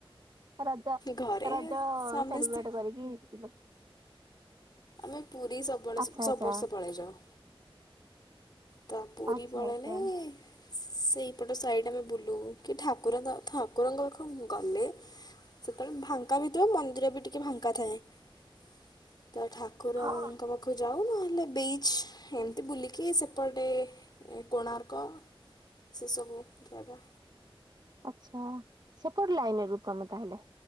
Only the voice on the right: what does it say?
ରଜ
ରଜ
ସେଲିବ୍ରେଟ କରିକି ଯିବେ।
ଆଚ୍ଛା
ଆଚ୍ଛା
ଆଚ୍ଛା
ଆଚ୍ଛା।
ହଁ
ଆଚ୍ଛା, ସେପଟ ଲାଇନ୍ ରୁ ତମେ ତାହେଲେ।